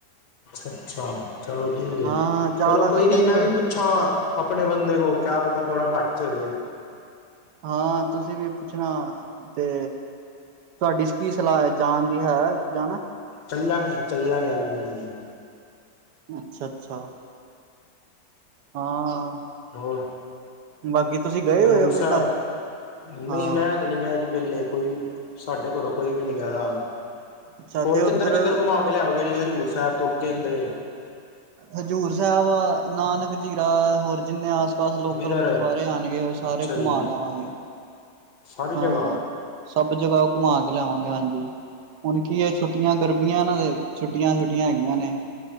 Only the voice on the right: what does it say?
ਹਾਂ ਜ਼ਿਆਦਾ
ਖਰਚਾ
ਨਹੀਂ
ਹਾਂ ਤੁਸੀਂ ਵੀ ਪੁੱਛਣਾ ਤੇ ਤੁਹਾਡੀ ਕੀ ਸਲਾਹ ਜਾਣ ਦੀ ਹੈ ਜਾਣਾ
ਅੱਛਾ-ਅੱਛਾ ਹਾਂ
ਬਾਕੀ ਤੁਸੀਂ ਗਏ
ਹੋਏ ਹੋ
ਪਹਿਲਾਂ
ਹਾਂ
ਅੱਛਾ
ਤੇ ਉੱਧਰ
ਹਜ਼ੂਰ ਸਾਹਿਬ ਨਾਨਕ ਜੀਰਾ ਹੋਰ ਜਿੰਨੇ ਆਸ ਪਾਸ ਲੋਕਲ
ਗੁਰਦੁਆਰੇ ਆਉਣਗੇ ਉਹ ਸਾਰੇ
ਘੁਮਾ ਲੈਵਾਂਗੇ
ਹਾਂ ਸਭ ਜਗ੍ਹਾ ਘੁਮਾ ਕੇ ਲਿਆਵਾਂਗੇ ਹਾਂਜੀ ਹੁਣ ਕੀ ਹੈ ਛੁੱਟੀਆਂ ਗਰਮੀਆਂ ਨਾ ਤੇ ਛੁੱਟੀਆਂ-ਛੁੱਟੀਆਂ ਹੈਗੀਆਂ ਨੇ